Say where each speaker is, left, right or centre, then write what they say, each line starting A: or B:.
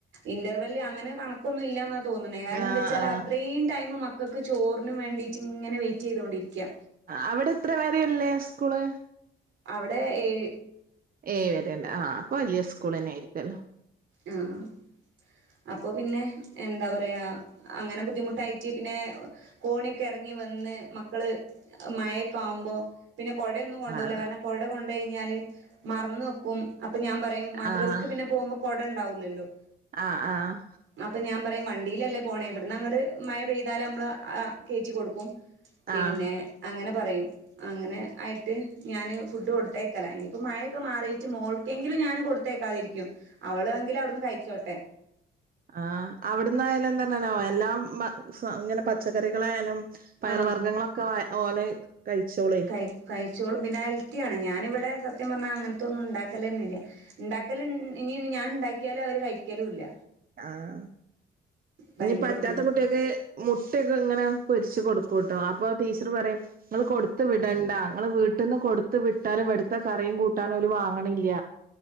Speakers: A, on the right; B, on the right.
A: ഇന്റർവല് അങ്ങനെ കണക്കൊന്നും ഇല്ല നാണ് തോന്നണേ കാരണം
B: ആഹ്
A: എന്താ വെച്ചാൽ അത്രയും ടൈമ് മക്കക്ക് ചോറിന് വേണ്ടിട്ട് ഇങ്ങനെ വെയിറ്റ് ചെയ്തൊണ്ടിരിക്കാ
B: അവിടെ എത്ര വേര ഉള്ളെ സ്കൂള്
A: അവിടെ ഏഴ്
B: ഏഹ് വരണ്ട ആഹ് അപ്പോ വല്യ സ്കൂളന്നെ ആയിരിക്കല്ലോ
A: അഹ് ആഹ് അപ്പോ പിന്നെ എന്ത പറയാ അങ്ങനെ ബുദ്ധിമുട്ടായിറ്റ് പിന്നെ കോണിയൊക്കെ എറങ്ങി വന്ന് മക്കള് മഴ ഒക്കെ ആവുമ്പോ പിന്നെ കൊടയൊന്നും കൊണ്ടോവൂല
B: ആഹ്
A: കാരണം കൊട കൊണ്ട് കഴിഞ്ഞാല് മറന്ന് വെക്കും അപ്പ ഞാൻ പറയും മദ്രസ്ക്ക്
B: ആഹ്
A: പിന്നെ പോകുമ്പോ കൊടണ്ടാവൂല്ലല്ലോ
B: ആഹ് ആഹ്
A: അപ്പ ഞാൻ പറയും വണ്ടിലല്ലേ പോണേ ഇവിടുന്ന് അങ്ങട് മഴ പെയ്താലു നമ്മള് കെറ്റി കൊടുക്കും പിന്നെ
B: ആഹ്
A: അങ്ങന പറയും അങ്ങനെ ആയിട്ട് ഞാന് ഫുഡ് കൊടുത്തയക്കല ഇനിയിപ്പോ മഴയൊക്കെ മാറിട്ട് മോൾ എങ്കിലും ഞാന് കൊടുത്തേക്കാതിരിക്കും അവള് എങ്കിൽ അവിടന്ന് കഴിച്ചോട്ടെ
B: ആഹ് അവിടന്നായാലും എന്നന്നാവോ എല്ലാം ഇങ്ങനെ പച്ചക്കറികളായാലും പയർ
A: ആഹ്
B: വർഗ്ഗങ്ങളൊക്കെ ഓല് കഴിച്ചോളയ്
A: കഴി കഴിച്ചോളും പിന്നെ ഹെൽത്തിയാണ് ഞാനിവിടെ സത്യം പറഞ്ഞാൽ അങ്ങനത്തൊന്നും ഉണ്ടാക്കലന്നേ ഇല്ല ഉണ്ടാക്കല് ഉം ഇനി ഞാൻ ഇണ്ടാക്കിയാലും അവര് കഴിക്കലും ഇല്ല
B: ആഹ്
A: ഭയങ്കര
B: ഇനി പറ്റാത്ത
A: ബുദ്ധിമുട്ട്
B: കുട്ട്യാക്ക് മുട്ട ഒക്കെ ഇങ്ങനെ പൊരിച്ചു കൊടുക്കുട്ടോ അപ്പോ ടീച്ചർ പറയും ഇങ്ങള് കൊടുത്ത വി ണ്ട നിങ്ങൾ വീട്ട്ന്ന് കൊടുത്ത് വിട്ടാലും ഇവ്ട്ത്തെ കറിയും കൂട്ടാനും ഓല് വാങ്ങ്ണില്ല